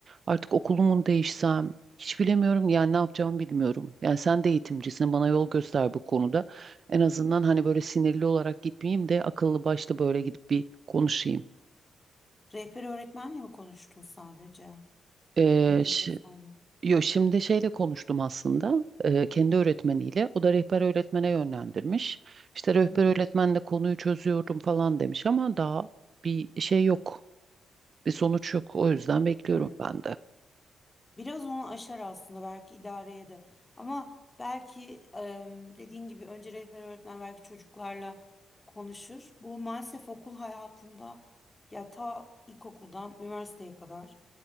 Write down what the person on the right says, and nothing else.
Artık okulumun değişsem hiç bilemiyorum. Yani ne yapacağımı bilmiyorum. Yani sen de eğitimcisin. Bana yol göster bu konuda. En azından hani böyle sinirli olarak gitmeyeyim de akıllı başlı böyle gidip bir konuşayım.
Ee,
şi-
yo, şimdi şeyle konuştum aslında e, kendi öğretmeniyle. O da rehber öğretmene yönlendirmiş. İşte rehber
öğretmenle konuyu çözüyorum falan demiş ama daha bir şey yok. Bir sonuç yok. O yüzden bekliyorum
ben de.